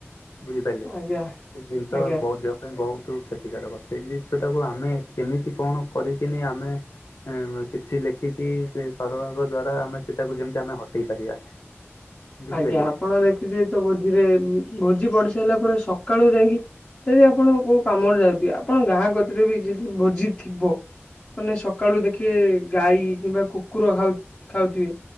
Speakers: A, on the left (about 80°); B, on the left (about 35°).
A: ବୁଝିପାରିଲେ।
B: ଆଜ୍ଞା
A: ସେ ଜିନିଷ
B: ଆଜ୍ଞା
A: ବହୁତ ଦେହ ପାଇଁ ବହୁତ କ୍ଷତିକାରକ ସେଇ ଜିନିଷ ଟାକୁ ଆମେ କେମିତି କଣ କରିକିନି ଆମେ ହଁ ମୁଁ ଚିଠି ଲେଖି କି ସେ ସରଳର ଦ୍ଵାରା ଆମେ ସେଟାକୁ ଯେମିତି ଆମେ ହଟେଇ ପାରିବା। ବୁଝିପାରିଲେ
B: ଆଜ୍ଞା ଆପଣ
A: କି
B: ଦେଖିଥିବେ ତ ଭୋଜିରେ ଭୋଜି ପଡିି ସାରିଲା ପରେ ସକାଳୁ ଯାଇକି ଯଦି ଆପଣ କୋଉ କାମରେ ଯାଉଥିବେ ଆପଣଙ୍କ ଗାଁ କତିରେ ବି ଯଦି ଭୋଜି ଥିବ। ମାନେ ସକାଳୁ ଦେଖିବେ ଗାଈ କିମ୍ବା କୁକୁର ଖାଉ ଖାଉଥିବେ